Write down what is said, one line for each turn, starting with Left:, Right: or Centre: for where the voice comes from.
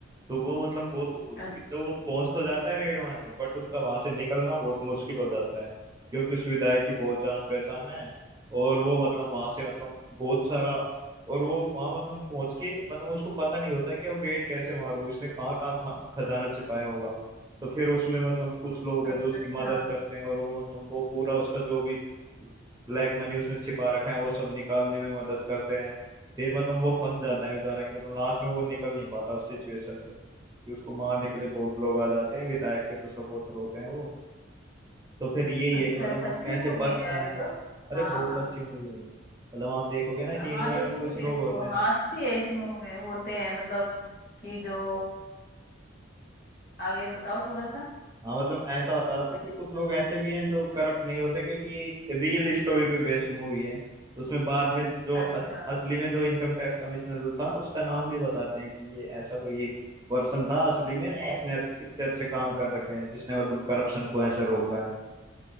Right: तो वो मतलब बहुत उसकी
Left: अ-
Right: तो वो पहुंच तो जाता है रेड मारने बट उसका वहां से निकलना बहुत मुश्किल हो जाता है क्योंकि उस विधायक की बहुत जान पहचान है और वो मतलब वहां से मतलब बहुत सारा और वो वहां मतलब पहुंच के मतलब उसको पता नहीं होता कि अब रेड कैसे मारूं इसने कहाँ कहाँ खा- खजाना छिपाया होगा तो फिर उसमें मतलब कुछ लोग
Left: अच्छा
Right: हैं जो उसकी
Left: अच्छा
Right: मदद करते हैं और वो मतलब वो पूरा उसका जो भी ब्लैक मनी उसने छिपा रखा है वो सब निकालने में मदद करते हैं फिर मतलब वो फंस जाता है बेचारा कि मतलब लास्ट में वो निकल नहीं पाता उस सिचुएशन से कि उसको मारने के लिए बहुत लोग आ जाते हैं विधायक के जो सपोर्टर होते हैं वो तो फिर यही
Left: अच्छा
Right: है कि मतलब
Left: अच्छा
Right: वो
Left: अच्छी
Right: कैसे
Left: मूवी
Right: बचता
Left: है यार
Right: है
Left: ये तो
Right: अरे
Left: हाँ
Right: बहुत
Left: हाँ
Right: अच्छी मूवी है मतलब आप देखोगे ना कि
Left: हाँ
Right: इंडिया
Left: देखूंगी
Right: में कुछ
Left: मैं
Right: लोग
Left: इसको
Right: होते हैं
Left: हाँ अच्छी है इसमें हुए- होते हैं मतलब कि जो आगे बताओ थोड़ा सा
Right: हाँ मतलब ऐसा बता रहा था कि कुछ लोग ऐसे भी हैं जो करप्ट नहीं होते क्योंकि ये एक रियल स्टोरी पे बेस्ड मूवी है तो उसमें बाद में जो अस,
Left: अच्छा
Right: असली में जो इनकम टैक्स कमिश्नर जो था उसका नाम भी बताते हैं कि ये ऐसा कोई एक पर्सन था असली में जिसने इतने अच्छे काम कर रखे हैं जिसने मतलब करप्शन को ऐसे रोका है